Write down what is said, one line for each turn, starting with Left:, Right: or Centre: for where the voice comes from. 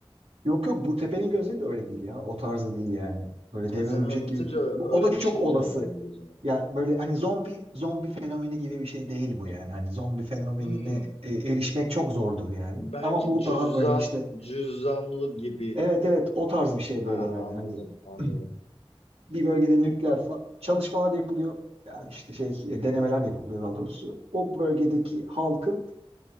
Right: Yok yok bu tepenin
Left: Hiç
Right: gözleri
Left: yani.
Right: de öyle değil ya. O tarzda değil yani. Böyle
Left: Yani
Right: dev
Left: sen
Right: örümcek
Left: anlatınca
Right: gibi değil. Bu,
Left: öyle
Right: o da çok
Left: bir şey
Right: olası.
Left: canlandı gözüme.
Right: Ya böyle hani zombi zombi fenomeni gibi bir şey değil bu yani. Hani zombi fenomenine
Left: Hmm.
Right: e, erişmek çok zordur yani.
Left: Belki
Right: Ama bu
Left: cüzdan,
Right: daha böyle işte
Left: cüzdanlı gibi
Right: evet evet o tarz bir şey
Left: Ha
Right: böyle yani.
Left: anladım,
Right: Hani
Left: anladım.
Right: <clears throat> bir bölgede nükleer fa- çalışmalar yapılıyor. Yani işte şey e, denemeler yapılıyor daha doğrusu. O bölgedeki halkın